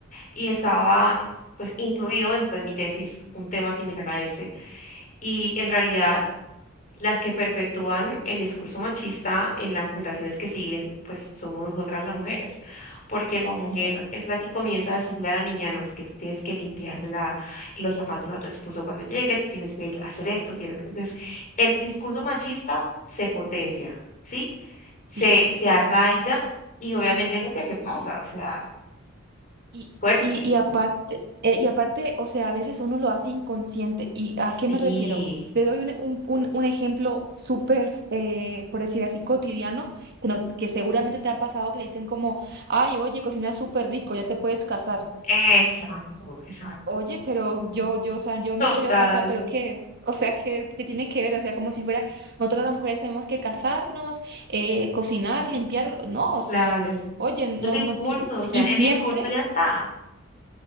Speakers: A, on the left; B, on the right.
A: y estaba, pues, incluido dentro de mi tesis un tema similar a ese. Y en realidad, las que perpetúan el discurso machista en las generaciones que siguen, pues somos nosotras las mujeres, porque la mujer
B: Exacto.
A: es la que comienza a decirle a la niña, no, es que tú tienes que limpiarle la- los zapatos a tu esposo cuando llegue, tú tienes que hacer esto, tienes que... Entonces, el discurso machista se potencia, ¿sí? Se,
B: Sí.
A: se arraiga y obviamente es lo que se pasa, o sea,
B: Y,
A: fuerte.
B: y, y aparte, eh, y aparte, o sea, a veces uno lo hace inconsciente. ¿Y a
A: Sí,
B: qué me refiero? Te doy un, un, un- un ejemplo súper, eh, por decir así, cotidiano, que, no- que seguramente te ha pasado que le dicen como, ay, oye, cocinas súper rico, ya te puedes casar.
A: exacto, exacto.
B: Oye, pero yo, yo, o sea, yo
A: Total,
B: me quiero casar, pero ¿qué? O sea, ¿qué, qué tiene que ver? O sea, como si fuera, nosotras las mujeres tenemos que casarnos, eh, cocinar, limpiar. No, o sea,
A: claro.
B: oye, no,
A: El discurso,
B: no, ti-
A: o sea,
B: y siempre,
A: el discurso ya está.